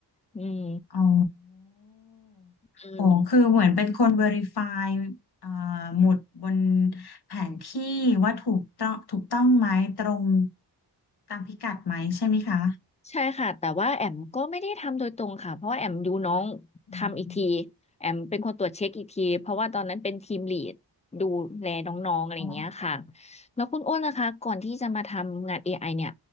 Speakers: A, on the left; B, on the left.
A: อืม
B: อ๋อ
A: อืม
B: โอ้คือเหมือนเป็นคน verify เอ่อหมุดบนแผนที่ว่าถูกต้องถูกต้องไหมตรงตามพิกัดไหมใช่ไหมคะ
A: ใช่ค่ะแต่ว่าแอมก็ไม่ได้ทำโดยตรงค่ะเพราะว่าแอมดูน้องทำอีกที
B: อืม
A: แอมเป็นคนตรวจเช็คอีกทีเพราะว่าตอนนั้นเป็นทีมลีดดูแลน้องๆอะไรอย่างเงี้ยค่ะ
B: อ๋อ
A: แล้วคุณอ้นล่ะคะก่อนที่จะมาทำงานเอไ i เนี่ย